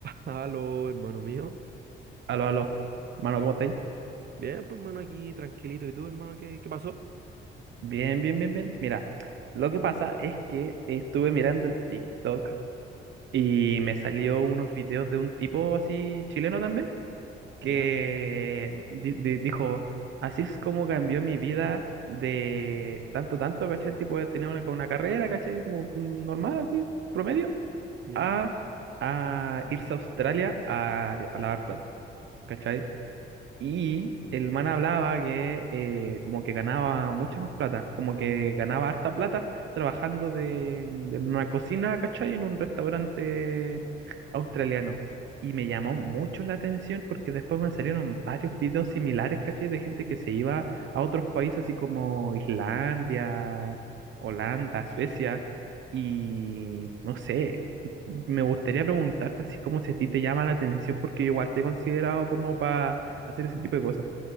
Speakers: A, on the right (about 55°); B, on the right (about 70°).
A: Aló, hermano mío.
B: Aló, aló. Mano, ¿cómo estáis?
A: Bien, pues hermano, aquí tranquilito. ¿Y tú, hermano, qué, qué pasó?
B: Bien, bien, bien, bien. Mira, lo que pasa es que estuve mirando en TikTok y me salió unos videos de un tipo así chileno también que
A: Ya,
B: di- di- dijo, así es como cambió mi vida de tanto, tanto, ¿cachai? El tipo tenía una, como una carrera, ¿cachai? Como mm, normal, así, promedio,
A: ya.
B: a, a irse a Australia a, a lavar platos, ¿cachai? Y el man hablaba que eh, como que ganaba mucha más plata, como que ganaba harta plata trabajando de, de una cocina, ¿cachai? En un restaurante australiano. Y me llamó mucho la atención porque después me salieron varios videos similares, ¿cachai? De gente que se iba a otros países así como Islandia, Holanda, Suecia. Y no sé, me gustaría preguntarte así como si a ti te llama la atención porque yo igual te he considerado como para hacer ese tipo de cosas.